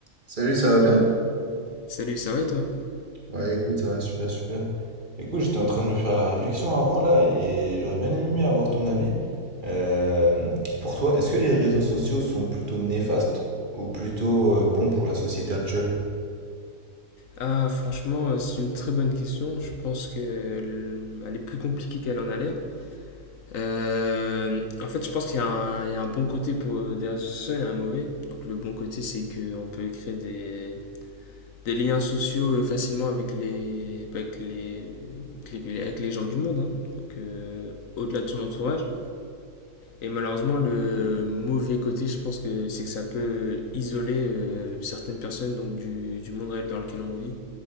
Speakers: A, on the right; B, on the left.
A: Salut, ça va bien?
B: Salut, ça va et toi?
A: Ouais, écoute, ça va super, super. Écoute, j'étais en train de me faire la réflexion avant là et j'aurais bien aimé avoir ton avis. Euh, pour toi, est-ce que les réseaux sociaux sont plutôt néfastes ou plutôt euh, bons pour la société actuelle?
B: Ah, franchement, euh, c'est une très bonne question. Je pense qu'elle elle est plus compliquée qu'elle en a l'air. Euh, en fait, je pense qu'il y a un, il y a un bon côté pour des réseaux sociaux et un mauvais. Donc, le bon côté, c'est qu'on peut créer des, des liens sociaux euh, facilement avec les, avec les, avec les, avec les gens du monde, hein. Donc, euh, au-delà de son entourage. Et malheureusement, le mauvais côté, je pense que c'est que ça peut isoler euh, certaines personnes donc du, du monde réel dans lequel on vit